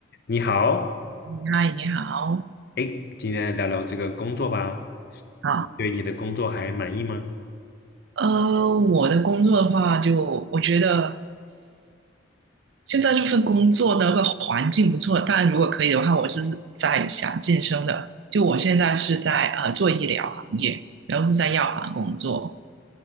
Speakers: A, on the left; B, on the right.
A: 你好，
B: 嗯嗨，你好，
A: 哎，今天来聊聊这个工作吧。
B: 好，
A: 你对你的工作还满意吗？
B: 呃，我的工作的话就，我觉得现在这份工作的那个环境不错，但如果可以的话，我是在想晋升的。就我现在是在呃做医疗行业，然后是在药房工作。